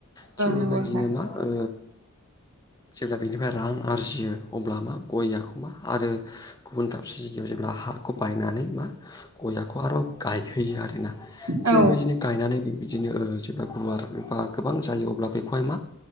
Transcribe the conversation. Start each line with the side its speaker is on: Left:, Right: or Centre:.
Left: थिग बेबायदिनो
Right: नंगौ नोंथां
Left: मा ओ जेब्ला बिनिफ्राय रां आरजियो अब्ला मा गया खौमा आरो गुबुन दाबसे जायगायाव जेब्ला हाखौ बायनानै मा गयाखौ आरो गायहैयो आरोना थिग
Right: औ
Left: बेबायदिनो गायनानै बिदिनो ओ जेब्ला गुवार एबा गोबां जायो अब्ला बेखौहाय मा